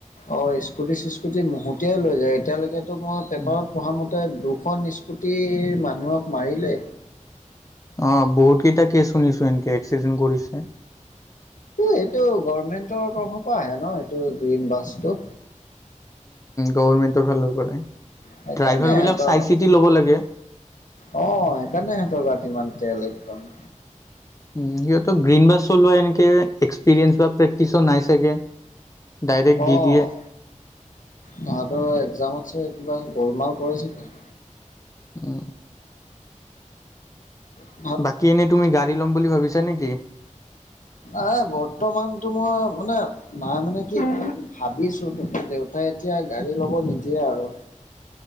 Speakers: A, on the left; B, on the left.
A: অঁ স্কুটি চিস্কুটি মহতিয়াই লৈ যায় এতিয়ালৈকেতো মই পেপাৰত
B: উম
A: প্ৰথামতে দুখন স্কুটিৰ মানুহক মাৰিলে
B: অ বহুত কেইটা কেছ শুনিছো এনকে এক্সিডেণ্ট কৰিছে
A: এইটো গভৰ্মেন্টৰ তৰফৰ পৰা আহে ন এইটো গ্ৰীণ বাছটো
B: গভৰ্ণমেণ্টৰ ফালৰ পৰা
A: সেইকাৰণে
B: ড্ৰাইভাৰবিলাক
A: সিহঁতৰ
B: চাই চিতি ল'ব লাগে
A: অ সেইকাৰণে সিহঁতৰ গাত ইমান তেল একদম
B: উ সিহঁতৰ গ্ৰীণ বাছ চলোৱা এনেকে এক্সপিৰিয়েন্ঞ্চ বা প্ৰেক্টিচো নাই চাগে ডাইৰেক্ট
A: অঁ
B: দি দিয়ে
A: তহাঁতৰ এক্জামতছে কিবা গোলমাল কৰেছেগে
B: উম
A: উ
B: বাকী এনেই তুমি গাড়ী ল'ম বুলি ভাবিছা নেকি
A: এই বৰ্তমানটো মই মানে নাই মানে কি ভাবিছো কিন্তু দেউতাই এতিয়া গাড়ী ল'ব নিদিয়ে আৰু